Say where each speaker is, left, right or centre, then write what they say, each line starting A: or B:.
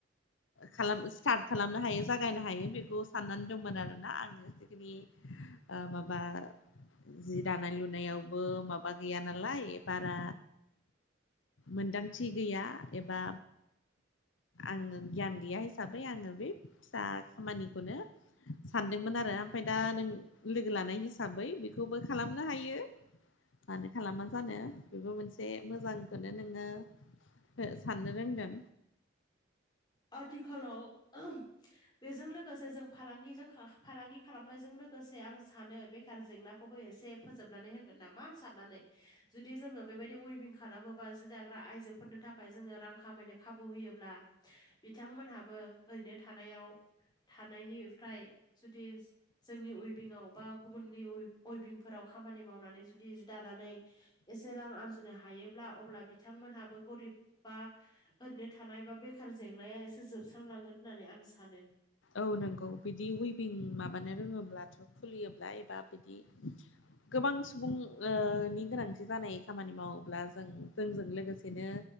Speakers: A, on the left; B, on the left.
A: खालाम स्टार्ट खालामनो हायो जागायनो हायो बेखौ साननानै दंमोन आरोना आङो एसेखिनि ओ- माबा जि दानाय लुनायावबो माबा गैया नालाय बारा मोनदांथि गैया एबा आङो। गियान गैया हिसाबै आङो बे फिसा खामानिखौनो सानदोंमोन आरो ओमफाय दा नों लोगो लानाय हिसाबै बेखौबो खालामनो हायो। मानो खालामा जानो बेबो मोनसे मोजांखौनो नोङो हो-साननो रोंदों।
B: आथिखालाव बेजों लोगोसे जों फालांगिजों खा फालांगि खालामनायजों लोगोसे आं सानो बेखार जेंनाखौबो एसे फोजोबनानै होगोन नामा साननानै। जुदि जोङो बेबायदि उइभिं खालामोबा जि दाग्रा आइजोफोरनि थाखाय जोङो रां खामायनो खाबु होयोब्ला बिथांमोनहाबो ओरैनो थानायाव थानायनिफ्राय जुदि जोंनि उइभिंआव बा गुबुननि उ उइभिंफोराव खामानि मावनानै जुदि जि दानानै। एसे रां आरजिनो हायोब्ला अब्ला बिथांमोनहाबो गरिब बा ओरैनो थानाय बा बेखार जेंनाया एसे जोबस्रांलांगोन होननानै आं सानो।
A: औ नंगौ बिदि उइबिं माबानो रोङोब्लाथ' खुलियोब्ला एबा बिदि गोबां सुबुं ओ-नि गोनांथि जानाय खामानि मावोब्ला जों जोंजों लोगोसेनो